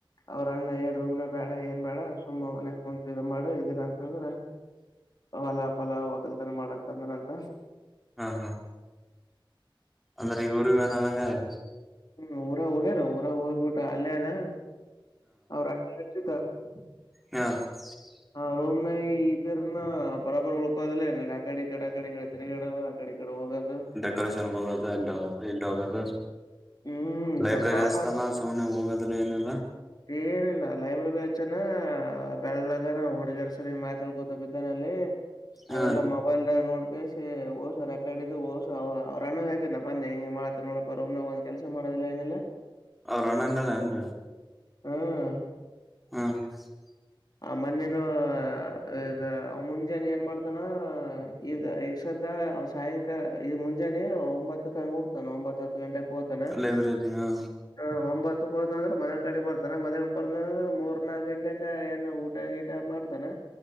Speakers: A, on the left; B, in the centre.
A: ಅವ್ರ ಅಣ್ಣ ಏನೂ, ರೂಮ್ ನ್ಯಾಗ, ಬೇಡ ಏನ್ ಬೇಡ ಸುಮ್ಮ್ ಮನೆ ಕುಂತು, ಮಾಡಿ, ಇದಿಲ್ಲ ಅಂತಂದ್ರ. <inaudible> ಹೊಲ ಪಲ ಹಕಲ್ತರ ಮಾಡಕ್ ಅಂದ್ರ ಅಂತ. <inaudible>
B: ಹಾ, ಹಾ! <inaudible> ಆಮೇಲೆ ಇವರು ಅಣ್ಣ ನನಗೆ. <inaudible>
A: ಹ್ಮ್ ಊರ ಹೋಗ್ಯನ ಊರಾಗ ಹೋಗ್ಬಿಟ್ಟೆ ಅಲ್ಲೇ ಅವ್ನೆ, ಅವರ ಅಕ್ಕ, ಅರುಚೂಥ.. <inaudible>
B: ಹಾ! <unintelligible>
A: ಹಾ, ರೂಮ್ಯನ, ಇದರ್ನ, ಬರಾಬ್ರ್, ಉಳ್ಕೋದಿಲ್ಲ, ಏನ್ನಿಲ್ಲ! <inaudible> ಆ ಕಡೆ ಇ! ಕಡೆ ಆ ಕಡೆ? ಇ, ಕಡೆ, ತಿರುಗಾಡದು ಆ, ಕಡೆ, ಇ, ಕಡೆ, ಹೋಗೋದು. <inaudible>
B: ಕಲೆಕ್ಷನ್ ಹೋಗೋದು ಅಲ್ಲಿ, ಹೋಗೋದು, ಇಲ್ಲಿ, ಹೋಗೋದು? <inaudible>
A: ಹ್ಮ್
B: ಲೈಬ್ರರಿ
A: ಸೊ ಪ್ರಾಬ್ಲಮ್
B: ಹಸ್ತಾನ ಸುಮ್ನೆ ಹೋಗದಿಲ್ಲ ಏನಿಲ್ಲ? <unintelligible>
A: ಏನಿಲ್ಲ, ಲೈಬ್ರರಿ, ಹಚ್ಚನಾ! ಬೆಳ್ಳಗನ ಹುಡ್ಗಿಯರ್ ಸ, ರಿ ಮಾತಾಳ್ಕೋತ, ಬಿದ್ದಾನಲ್ಲಿ. <inaudible>
B: ಹ
A: ಅವೆಲ್ಲ, ಮೋ? <inaudible> ಅಲ್ಲಿ, ಏನೂ, ನೋಡುತ್ತಿ, ಸರಿ, ಓದಿಸು, ರೆಕಾರ್ಡಿದ್ರೆ ಓದ್ಸು, ಆವಾ, ಅವರನ್ನ ಬಂದು, ಇತರ, ಮಾತಾಡ್ ನೋಡಪ್ಪ ಆತರ ರೂಮ್ನಾಗ್ ಬಂದ್! <inaudible> ಕೆಲಸ ಮಾಡೋದಿಲ್ಲ ಏನಿಲ್ಲ? <inaudible>
B: ಅವರನ್ನ ಇದ್ದನ ಏನ್ರೀ? <inaudible>
A: ಹೌದು! <inaudible>
B: ಹಾ! <unintelligible>
A: ಆಮೇಲೆ, ನೀನು ಈಗ, ಮುಂದೆ! ಏನ್, ಮಾಡ್ತಾನೆ? <unintelligible> ಈಗ ಈಗ ಸದ ಸಾಯಂಕಾಲ ಈಗ ಮುಂಜಾನೆ ಒಂಬತ್ತಕ, ಹೋಗ್ತಾನ, ಒಂಬತ್ತತ್ತು, ಗಂಟೆಗೆ ‌. <inaudible> ಏನಾ?
B: ಲೈಬ್ರರಿ
A: <unintelligible>
B: ಹಾ
A: ಹ, ಒಂಬತ್ತು, ಹೋದ್ರು, ಅಂದ್ರ ಮದುವೆ, ಕಡ್ಡೆ, ಹೋಗಿ ಬರ್ತಾನೆ, ಬರ್ತಾನ ಮ್ಯಾನ್ ಬಂದಂದ್ರ, ಮೂರ್, ನಾಲಕ್ಕು, ಗಂಟೆಗೆ, ಏನ್ ಊಟ ಗೀಟ. <inaudible> ಊಟ, ಮಾಡಿ, ಧ್ಯಾನ,